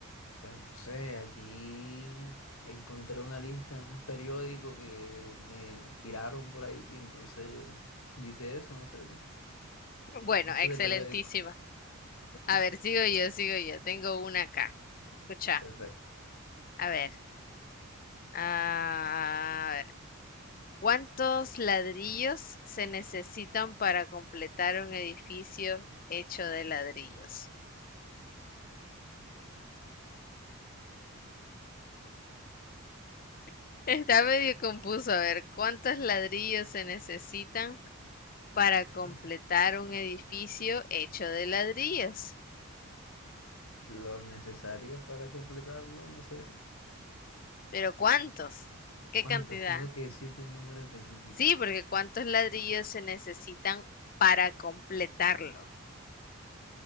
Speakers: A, on the left (about 70°); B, on the left (about 40°).
A: Bueno, no sé, aquí encontré una lista en un periódico que me tiraron por ahí, y entonces dice eso, no sé,
B: Bueno,
A: cosas
B: excelentísima.
A: de periódico.
B: A
A: Dice,
B: ver, sigo yo, sigo yo. Tengo una acá. Escucha.
A: perfecto.
B: A ver. ah, a ver. ¿Cuántos ladrillos se necesitan para completar un edificio hecho de ladrillos? <laughs> Está medio confuso. A ver, ¿cuántos ladrillos se necesitan para completar
A: <laughs>
B: un edificio hecho de ladrillos?
A: Los necesarios para completarlo, no sé.
B: Pero ¿cuántos? ¿Qué
A: ¿Cuántos?
B: cantidad?
A: Tengo que decirte un número específico.
B: Sí, porque ¿cuántos ladrillos se necesitan para completarlo?